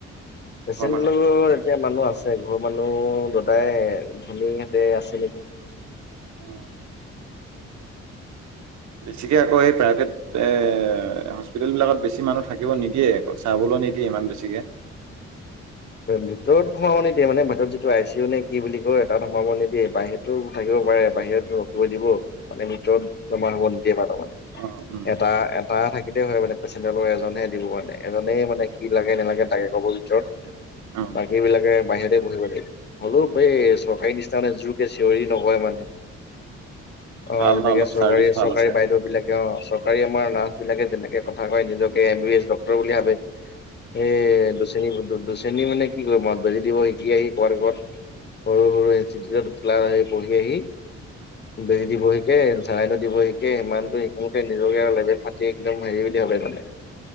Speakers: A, on the left; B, on the right.
A: পেচেণ্টো
B: ঘৰৰ মানুহ।
A: লগত এতিয়া মানুহ আছে। ঘৰৰ মানুহ দাদাই ভনীহেঁতে আছে নেকি।
B: অ
A: উ <inaudible>
B: বেছিকে আকৌ সেই প্ৰাইভেট এ হস্পিটেলবিলাকত বেছি মানুহ থাকিব নিদিয়ে। আকৌ চাবলৈ নিদিয়ে ইমান বেছিকে।
A: ভিতৰত সোমাব নিদিয়ে মানে ভিতৰত যিটো আই চি ইউ নে কি বুলি কয় তাত সোমাব নিদিয়ে বাহিৰতো থাকিব পাৰে বাহিৰতো ৰখিব দিব। মানে ভিতৰত জমা হ'ব নিদিয়ে মানুহ মানে।
B: অ', উম,
A: এটা এটা থাকে হয় মানে পেচেণ্জাৰ লগ এজনহে দিব মানে। এজনেই মানে কি লাগে নেলাগে তাকে ক'বৰ ভিতৰত
B: অ',
A: বাকীবিলাকে বাহিৰতে বহিব লাগিব। হলো এই চৰকাৰী নিচিনা মানে জোৰকে চিঞৰি নকয় মানে। অ
B: ভাল
A: যেনেকে
B: ন অলপ
A: চৰকাৰী
B: চাৰ্ভিচ ভাল
A: চৰকাৰী
B: আছে
A: বাইদেউ বিলাকে অ চ- ৰী আমাৰ নাৰ্চ বিলাকে যেনেকে কথা কয়, নিজকে এম বি এছ ডক্টৰ বুলি ভাবে। স দুচিনী সু দু শ্ৰেণী মানে কি ক ম বেজি দিব শিকি আহি কত কত সৰু সৰু ইনিউত ক্লাছ আহ পঢ়ি আহি, বেজি দিব শিকে, চেলাইনতো দিব শিকে, সিমানটো শিকোতে নিজে আৰু লেভেল ফাটি একদম হেই বুলি ভাবে মানে